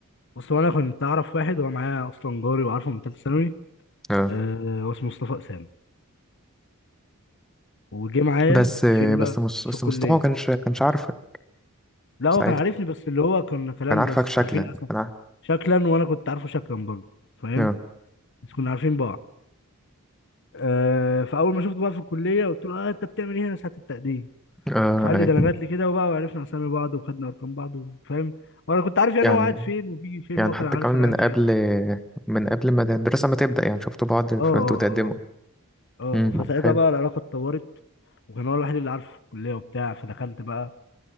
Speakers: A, on the left; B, in the centre.
A: بص هو انا كنت اعرف واحد هو معايا اصلا جاري وعارفه من ثالثه ثانوي
B: اه
A: آه، هو اسمه مصطفى اسامه وجه معايا
B: بس
A: فين بقى
B: بس مس... بس
A: في الكليه
B: مصطفى ما كانش كانش عارفك
A: لا
B: ساعتها
A: هو كان عارفني بس اللي هو كنا كلام
B: كان عارفك
A: بس
B: شكلا
A: عارفين أسا.
B: كان عارف
A: شكلا وانا كنت عارفه شكلا برضه فاهم
B: اه
A: بس كنا عارفين بعض أه فاول ما شفته بقى في الكليه قلت له اه انت بتعمل ايه هنا ساعه التقديم
B: اه
A: فقال لي
B: اي
A: ده انا جات لي كده وبقى وعرفنا اسامي بعض وخدنا ارقام بعض فاهم وانا كنت عارف يعني
B: يعني
A: هو قاعد فين وبيجي فين
B: يعني
A: وهو
B: حتى
A: كان عارف
B: كمان من
A: انا قاعد
B: قبل
A: فين
B: من قبل ما الدراسه ما تبدا يعني شفتوا بعض فانتوا
A: اه اه
B: تقدموا
A: اه
B: امم
A: اه فساعتها
B: حلو
A: بقى العلاقه اتطورت وكان هو الوحيد اللي عارفه في الكليه وبتاع فدخلت بقى